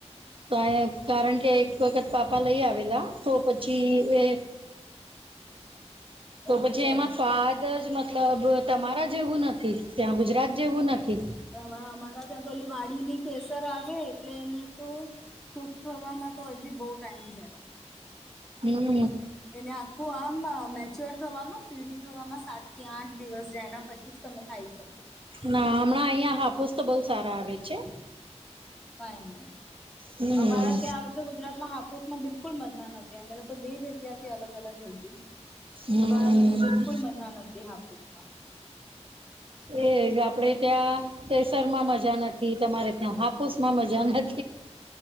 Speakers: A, on the right; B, in the centre.
A: કાયે કારણ કે એક વખત પાપા લઈ આવેલા તો પછી એ તો
B: ઓકે
A: પછી એમાં સ્વાદ જ મતલબ તમારા જેવું નથી ત્યાંમુજ તજ જેવું નથી.
B: હવે અમારા ત્યાં તો પેલી વાડીની કેસર આવે એટલે એને તો સૂક થવામાં તો હજી બહ ટાઈમ જાય.
A: હમ્મ.
B: એટલે આખું આમ મેચ્યોર થવામાં પીડી થવામાં સાત થી આઠ દિવસ જાય એના પછી જ તમે ખાઈ શકો.
A: ના હમણાં અહિયાં હાપુસ તો બહુ સારા આવે છે.
B: ફાઈન
A: હમ
B: અમારા ત્યાં આ વખતે ગુજરાતમાં હાપુસમાં બિલકુ બલકુલ મજા નથી અમે લોકો બે જગ્યા થી અલગ અલગ લીધી
A: હમ્મ
B: પણ બિલકુલ મજા નથીતી હાપુસમાં.
A: એજ આપડે ત્યાં કેસર માં મજા નથી તમારે ત્યાં હાપુસ માં મજા નથી.